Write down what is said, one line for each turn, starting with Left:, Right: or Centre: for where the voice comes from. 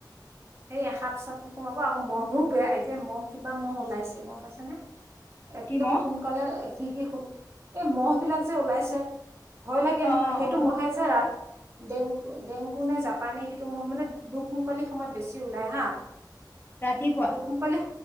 Right: সেই এ সাপ চাপো সোমাব, আকৌ মহো বেয়া, এতিয়া মহো, কিবা মহ ওলাইছে গম পাইছেনে। একদম
Left: কিম অ
Right: সোনকালে সিকি খোল, এই মহ বিলাক যে উলাইছে। ভয় লাগে নহয়,
Left: অ
Right: সেইটো
Left: অ
Right: মহে যে ৰা ডেংগু ডেংগু নে জাপানী সেইটো মহ মানে দুক মুকলি সময়ত বেছি ওলাই হা।
Left: ৰাতিপুৱা
Right: দোক মোকালি,